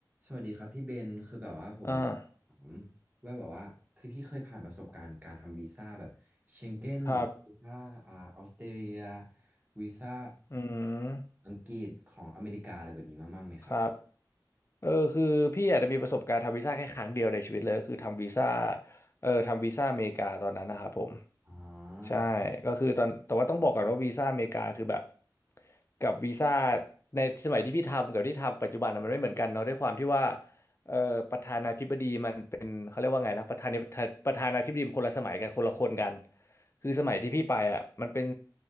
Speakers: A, on the right (about 25°); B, on the left (about 35°).
A: สวัสดีครับพี่เบนคือแบบว่าผม
B: อ่า
A: ถามว่าแบบว่าคือพี่เคยผ่านประสบการณ์การทำวีซ่าแบบเชงเก้นหรือว่าวีซ่าอ่าออสเตรเลีย
B: ครับ
A: วีซ่า
B: อืม
A: อังกฤษของอเมริกาอะไรแบบนี้มาบ้างไหมครับ
B: ครับ เออ คือพี่อาจจะมีประสบการณ์ทำวีซ่าแค่ครั้งเดียวในชีวิตเลยก็คือทำวีซ่า เออ ทำวีซ่าอเมริกาตอนนั้นนะครับผม
A: อ่
B: ใช่ก็คือตอนแต่ว่าต้องบอกก่อนว่าวีซ่าอเมริกาคือแบบ
A: า
B: กับวีซ่าในสมัยที่พี่ทำกับที่ทำปัจจุบันน่ะมันไม่เหมือนกันเนาะด้วยความที่ว่าเอ่อประธานาธิบดีมันเป็นเขาเรียกว่าไงนะประธานาธิประธานาธิบดีมันคนละสมัยกันคนละคนกัน คือสมัยที่พี่ไปอ่ะมันเป็น